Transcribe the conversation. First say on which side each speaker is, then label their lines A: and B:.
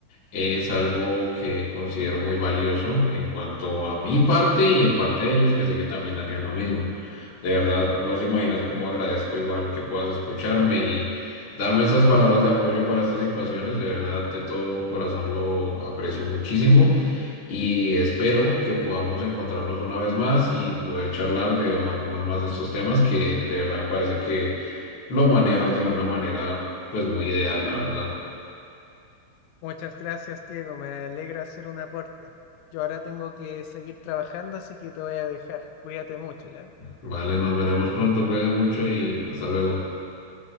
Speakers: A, on the left; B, on the left.
A: es algo que considero muy valioso en cuanto a mi parte y en parte de ellos que sé que también harían lo mismo. De verdad, no se imaginas cómo agradezco igual que puedas escucharme y darme estas palabras de apoyo para estas situaciones. De verdad, de todo corazón lo aprecio muchísimo y espero que podamos encontrarnos una vez más y poder charlar de algunos más de estos temas que de verdad me parece que lo manejas de una manera pues muy ideal, la verdad.
B: Muchas gracias, Diego, me alegra hacer un aporte. Yo ahora tengo que seguir trabajando, así que te voy a dejar. Cuídate mucho, ¿ya?
A: Vale, nos veremos pronto, cuídate mucho y hasta luego.